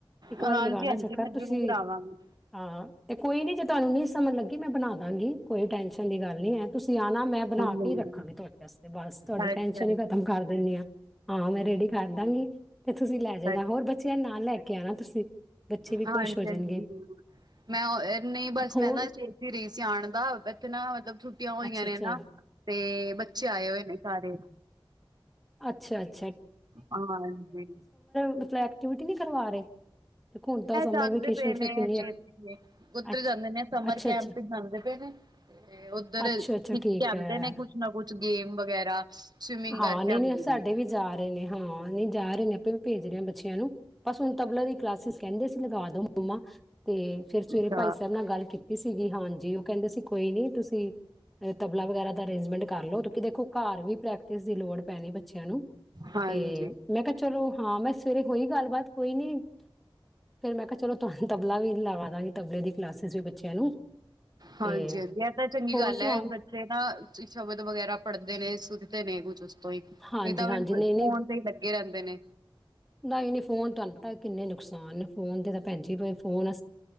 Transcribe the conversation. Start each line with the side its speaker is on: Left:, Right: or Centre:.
Centre: ਇੱਕ
Right: ਹਾਂਜੀ
Centre: ਵਾਰੀ ਲਗਾਣਾ
Right: ਹਾਂਜੀ
Centre: ਚੱਕਰ
Right: ਮੈਂ
Centre: ਤੁਸੀਂ
Right: ਜ਼ਰੂਰ ਆਵਾਂਗੀ
Centre: ਹਾਂ ਤੇ ਕੋਈ ਨੀ ਜਿੱ ਤੁਹਾਨੂੰ ਨਹੀਂ ਸਮਝ ਲੱਗੀ ਮੈਂ ਬਣਾ ਦਾਂਗੀ। ਕੋਈ ਟੈਨਸ਼ਨ ਦੀ ਗੱਲ ਨੀ ਹੈ ਤੁਸੀਂ ਆਣਾ ਮੈਂ ਬਣਾ
Right: ਹਾਂਜੀ ਹਾਂਜੀ
Centre: ਕੇ ਹੀ ਰੱਖਾਂਗੀ ਤੁਹਾਡੇ ਵਾਸਤੇ ਬਸ ਤੁਹਾਡੀ
Right: ਅੱਛਾ-ਅੱਛਾ,
Centre: ਟੈਂਨਸ਼ਨ ਹੀ ਖਤਮ ਕਰ ਦਿੰਦੀ ਹਾਂ। ਹਾਂ ਮੈਂ ਰੇਡੀ ਕਰ ਦਾਂਗੀ ਤੇ ਤੁਸੀਂ ਲੈ ਜਾਣਾ
Right: ਅੱਛਾ
Centre: ਹੋਰ ਬੱਚਿਆਂ ਨਾਲ ਲੈ ਕੇ ਆਣਾ ਤੁਸੀਂ ਬੱਚੇ ਵੀ
Right: ਹਾਂਜੀ-ਹਾਂਜੀ
Centre: ਖ਼ੁਸ਼ ਹੋ ਜਾਣਗੇ।
Right: ਜ਼ਰੂਰ। ਮੈਂ ਅ ਨਹੀਂ ਬਸ
Centre: ਹੋਰ
Right: ਮੈਂ ਨਾ ਸੋਚਦੀ ਰਹੀ ਸੀ ਆਣ ਨਾ ਮਤਲਬ ਛੁੱਟੀਆਂ ਹੋਈਆਂ
Centre: ਅੱਛਾ
Right: ਨੇ
Centre: ਅੱਛਾ
Right: ਨਾ ਤੇ ਬੱਚੇ ਆਏ ਹੋਏ ਨੇ ਸਾਰੇ
Centre: ਅੱਛਾ ਅੱ
Right: ਹਾਂਜੀ
Centre: ਮਤਲਬ ਐਕਟੀਵਿਟੀ ਨਹੀਂ ਕਰਵਾ ਰਹੇ ਦੇਖੋ ਹੁਣ ਤਾਂ ਸਮਰ
Right: ਜਾਂਦੇ
Centre: ਵੇਕੇਸ਼ਨ
Right: ਪਏ
Centre: ਚ
Right: ਨੇ
Centre: ਕਿੰਨੀ
Right: ਉਧਰ
Centre: ਅੱਛ
Right: ਜਾਂਦੇ ਨੇ ਸਮਰ
Centre: ਅੱਛਾ-ਅੱਛਾ,
Right: ਕੈਂਪ ਚ ਜਾਂਦੇ ਪਏ ਨੇ ਤੇ ਉਧਰ
Centre: ਅੱਛਾ-ਅੱਛਾ
Right: ਸਿੱਖ
Centre: ਠੀਕ
Right: ਕੇ ਆਉਂਦੇ
Centre: ਹੈ
Right: ਨੇ ਕੁਛ ਨਾ ਕੁਛ ਗੇਮ ਵਗੈਰਾ। ਸਵਿਮਿੰਗ
Centre: ਹਾਂ
Right: ਕਰਕੇ
Centre: ਨਹੀਂ
Right: ਆਂਦੇ
Centre: ਨਹੀਂ ਸਾਡੇ
Right: ਨੇ
Centre: ਵੀ ਜਾ ਰਹੇ ਨੇ। ਹਾਂ ਨਹੀਂ ਜਾ ਰਹੇ ਨੇ ਆਪਾਂ ਵੀ ਭੇਜ ਰਹੇ ਹਾਂ ਬੱਚੇ। ਨੂੰ ਬਸ ਹੁਣ ਤਬਲਾ ਦੀ ਕਲਾਸਿਸ ਕਹਿੰਦੇ ਸੀ। ਲਗਾ ਦੋ ਮੰਮਾ ਤੇ ਫੇਰ ਸਵੇਰੇ
Right: ਅੱਛਾ
Centre: ਭਾਈ ਸਾਹਿਬ ਨਾਲ ਗੱਲ ਕੀਤੀ ਕੀਤੀ ਸੀਗੀ ਹਾਂਜੀ ਉਹ ਕਹਿੰਦੇ ਸੀ ਕੋਈ ਨੀ ਤੁਸੀਂ ਤਬਲਾ ਵਗੈਰਾ ਦਾ ਅਂਰੇਂਜਮੈਂਟ ਕਰ ਲਓ ਕਿਉਂਕੀ ਦੇਖੋ ਘਰ ਵੀ ਪ੍ਰੈਕ ਟਿਸ ਦੀ ਲੋੜ ਪੈਣੀ ਬੱਚਿਆਂ ਨੂੰ,
Right: ਹਾਂਜੀ।
Centre: ਤੇ ਮੈਂ ਕਿਹਾ ਚਲੋ ਹਾਂ ਮੈਂ ਫਿਰ ਇਹ ਹੋਈ ਗੱਲਬਾਤ ਕੋਈ ਨੀ ਫੇਰ ਮੈਂ ਕਿਹਾ ਚਲੋ ਤੁਹਾਨੂੰ ਤਬਲਾ ਵੀ ਲਗਾ ਦਾਂਗੇ ਤਬਲੇ ਦੀ ਕਲਾਸਿਸ ਵੀ ਬੱਚਿਆਂ ਨੂੰ।
Right: ਹਾਂਜੀ
Centre: ਤੇ
Right: ਹਾਂਜੀ ਇਹ ਤਾਂ ਚੰਗੀ
Centre: ਹੋਰ
Right: ਗੱਲ
Centre: ਸੁਣਾਓ
Right: ਹੈ ਬੱਚੇ ਨਾ ਸ਼ਬਦ ਵਗੈਰਾ ਪੜ੍ਹਦੇ ਨੇ ਇਸ ਦੇ ਨੇ ਕੁਛ ਤੋਂ ਹੀ ਨਹੀਂ
Centre: ਹਾਂਜੀ
Right: ਤਾਂ
Centre: ਹਾਂਜੀ
Right: ਫ
Centre: ਨਹੀਂ ਨਹੀਂ
Right: ਫੋਨ ਤੇ ਹੀ ਲੱਗੇ ਰਹਿੰਦੇ ਨੇ।
Centre: ਨਹੀਂ ਨਹੀਂ ਫੋਨ ਤੁਹਾਨੂੰ ਪਤਾ ਕਿੰਨੇ ਨੁਕਸਾਨ ਨੇ ਫੋਨ ਦੇ ਤਾਂ ਭੈਣਜੀ ਫੋਨ